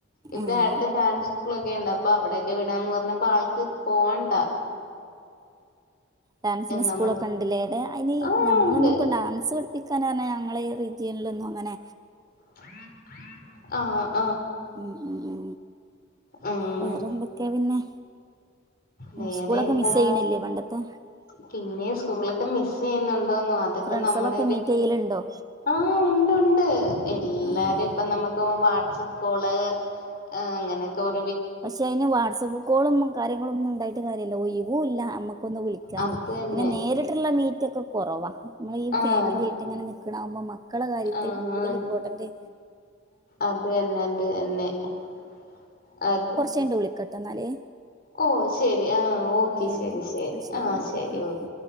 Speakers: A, on the left; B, on the right.
A: ഇവിടെ
B: ഏ
A: അടുത്ത ഡാൻസ് സ്കൂളൊക്കെ ണ്ട് അപ്പൊ അവിടോക്കെ വിടാന്ന് പറഞ്ഞപ്പോ ആൾക്ക് പോവണ്ടാ
B: ഡാൻസിന്റെ സ്കൂളൊക്കെ
A: നമ്മൾ
B: ണ്ട്ലെ ആടെ അയിന്
A: ആഹ്
B: ഞമ്മളൊന്നും
A: ഉണ്ട്
B: ഇപ്പോ ഡാൻസ് പഠിപ്പിക്കാ പറഞ്ഞാ ഞങ്ങള റിജിയനിലൊന്നും ങ്ങനെ
A: ആഹ
B: ഉ ഉ
A: ഉം
B: ഉ വേറെന്തൊക്കെയാ പിന്നെ
A: വേറെ
B: സ്കൂളൊക്കെ
A: എന്താ
B: മിസ് ചെയ്യണില്ലേ പണ്ടത്തെ
A: പിന്നെ സ്കൂളൊക്ക് ക്കെ മിസ്സ് ചെയ്യുന്നുണ്ട് <unintelligible> അതൊക്കെ
B: ഫ്രണ്ട്സുകളൊക്കെ
A: നമ്മടെ ഒരു
B: മീറ്റ് ചെയ്യലുണ്ടോ
A: ആ ഒണ്ട് ഒണ്ട് എല്ലാരും
B: ആഹ്
A: ഇപ്പ നമ്മക്ക് ഇപ്പ വാട്സാപ്പ് കോള് ആ അങ്ങനൊക്കെ വ
B: പസെ അയിന് വാട്സപ്പ് കോളും കാര്യങ്ങളൊന്നും ഉണ്ടായി കാര്യല്ല ഒയിവൂല്ല അമ്മക്ക് <unintelligible> വിളിക്കാനേ
A: അത് തന്നെ
B: പിന്നെ നേരിട്ടുള്ള മീറ്റ് ഒക്കെ കൊറവാ നമ്മളീ
A: ആഹ്
B: ഫാമിലിയായിട്ട് ഇങ്ങനെ നിക്ക് <unintelligible> മക്കളെ കാര്യത്തിൽ
A: ആഹ്
B: കൂടുതൽ ഇമ്പോർട്ടൻ്റ്
A: അത് തന്നെ അത് <unintelligible> അത്
B: ട്ട് വിളിക്കട്ടാ ന്നാല്
A: ഓ ശരി ആ ഓക്കെ
B: ആവുമ്പോ
A: ശരി ശരി ആ
B: എന്നാല്
A: ശരി
B: ഉം ഉം
A: ഓക്ക്